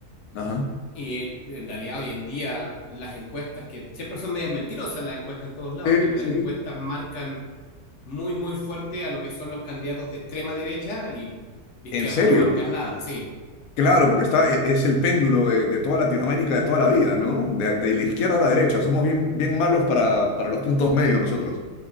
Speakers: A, on the left (about 85°); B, on the left (about 60°).
A: Ajá.
B: Y en realidad hoy en día las encuestas, que siempre son medias mentirosas las encuestas en todos lados,
A: Sí,
B: pero las
A: sí,
B: encuestas
A: sí.
B: marcan muy, muy fuerte a lo que son los candidatos de extrema derecha y de izquierda
A: ¿En serio?
B: no marcan nada, sí.
A: Claro, porque está, e- es el péndulo de, de toda Latinoamérica de toda la vida, ¿no? De, de la izquierda a la derecha. Somos bien, bien malos para, para los puntos medios nosotros.